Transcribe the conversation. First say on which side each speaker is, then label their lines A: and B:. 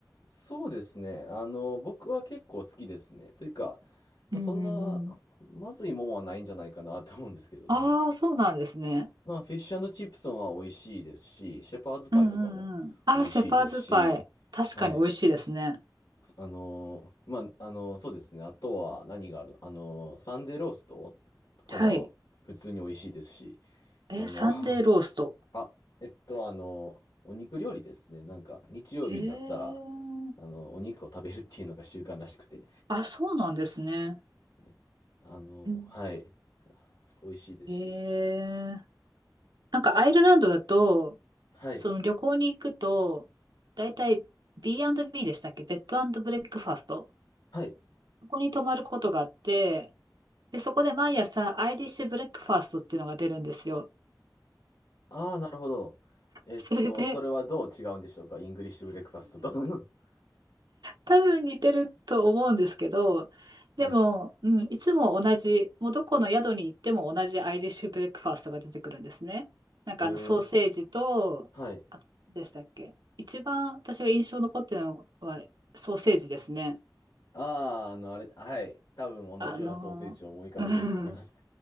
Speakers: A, on the left; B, on the right.
A: そうですね。あの、僕は結構好きですね。というか、まあ、
B: うんうんうん。
A: そんな、まずいもんはないんじゃないかなと思うんですけどね。
B: ああ、そうなんですね。
A: まあ、フィッシュチップソンは美味しいですし、シェパーズパイとかも美味しいですし、
B: うんうんうん。ああ、シェパーズパイ。確かに美味しいですね。
A: はい。あの、まあ、あの、そうですね。あとは何があるのあの、サンデーローストとかは普通に美味しいですし、
B: はい。え、
A: あの
B: サンデーロースト。
A: <laughs> あ、えっと、あの、お肉料理ですね。なんか、日曜日になったら、
B: へえ。
A: あの、お肉を食べるっていうのが習慣らしくて。
B: あ、そうなんですね。
A: はいあの、
B: うん
A: はい。美味しいですし。
B: へえ。なんかアイルランドだと、
A: はい。
B: その旅行に行くと、だいたい B&B でしたっけベッドブレックファースト。
A: はい。
B: ここに泊まることがあって、で、そこで毎朝アイリッシュブレックファーストっていうのが出るんですよ。
A: ああ、なるほど。えっと、
B: それで、
A: それはどう違うんでしょうかイングリッシュブレックファストと。<laughs>
B: 多分似てると思うんですけど、
A: はい。
B: でも、うん、いつも同じ、もうどこの宿に行っても同じアイリッシュブレックファーストが出てくるんですね。なんかあのソーセージと、
A: えー、はい。
B: あと、でしたっけ一番私が印象残ってるのはソーセージですね。
A: ああ、あの、あれ、はい。多分同じようなソーセージを思い浮かべてると思います。
B: あのー、うん。